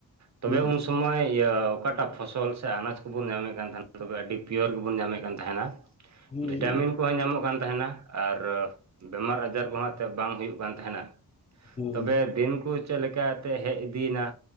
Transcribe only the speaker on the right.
ᱛᱚᱵᱮ
ᱩᱱ ᱥᱚᱢᱚᱭ ᱤᱭᱟᱹ ᱚᱠᱟᱴᱟᱜ ᱯᱷᱚᱥᱚᱞ ᱥᱮ ᱟᱱᱟᱡᱽ ᱠᱚᱵᱚᱱ ᱧᱟᱢᱮᱫ ᱠᱟᱱ ᱛᱟᱦᱮᱱᱟ ᱛᱚᱵᱮ ᱟᱹᱰᱤ ᱯᱤᱭᱳᱨ ᱜᱮᱵᱚᱱ ᱧᱟᱢᱮᱫ ᱠᱟᱱ ᱛᱟᱦᱮᱱᱟ,
ᱵᱷᱤᱴᱟᱢᱤᱱ ᱠᱚᱦᱚᱸ ᱧᱟᱢᱚᱜ ᱠᱟᱱ ᱛᱟᱦᱮᱱᱟ ᱟᱨ ᱵᱮᱹᱢᱟᱨ ᱟᱡᱟᱨ ᱠᱷᱚᱱᱟᱜ ᱛᱮ ᱵᱟᱝ ᱦᱩᱭᱩᱜ ᱠᱟᱱ ᱛᱟᱦᱮᱱᱟ ᱾
ᱛᱚᱵᱮ ᱫᱤᱱ ᱠᱚ ᱪᱮᱞ ᱠᱟᱛᱮ ᱦᱮᱡ ᱤᱫᱤᱭᱮᱱᱟ?